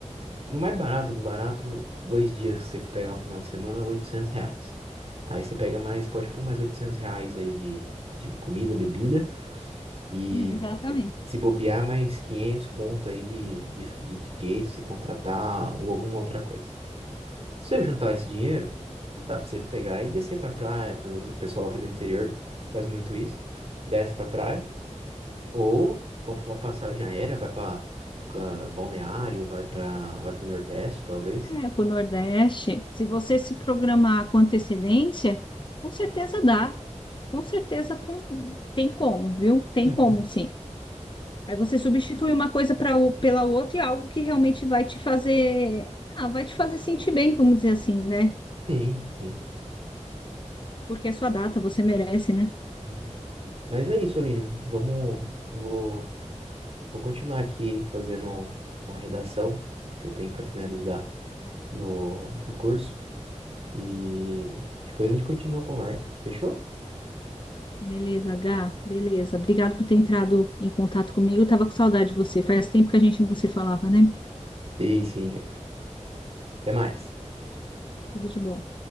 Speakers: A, on the right; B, on the left.
A: No mais barato do barato, dois dias que você for pegar um final de semana, 800 reais. Aí você pega mais, pode pôr mais 800 reais aí de, de comida, bebida. E
B: É, Exatamente.
A: se bobear, mais 500 conto aí de, de, de DJ, se contratar ou alguma outra coisa. Se você juntar esse dinheiro, dá pra você pegar e descer pra praia. Pro pessoal aqui do interior faz muito isso. Desce pra praia ou compra uma passagem aérea, vai pra pra Balneário, vai para vai pro Nordeste, talvez.
B: É, para o Nordeste, se você se programar com antecedência, com certeza dá. Com certeza com- tem como, viu? Tem
A: Uhum.
B: como, sim. Aí você substitui uma coisa para o, pela outra e algo que realmente vai te fazer, ah, vai te fazer sentir bem, vamos dizer assim, né?
A: Sim, sim.
B: Porque é sua data, você merece, né?
A: Uhum. Mas é isso, Aline. Vamos, eu vou, vou continuar aqui fazendo uma redação que eu tenho para finalizar no, do curso. E depois a gente continua a conversa. Fechou?
B: Beleza, Gá, beleza. Obrigado por ter entrado em contato comigo. Eu tava com saudade de você. Faz tempo que a gente não se falava, né?
A: Sim, sim. Até mais.
B: Tudo de bom.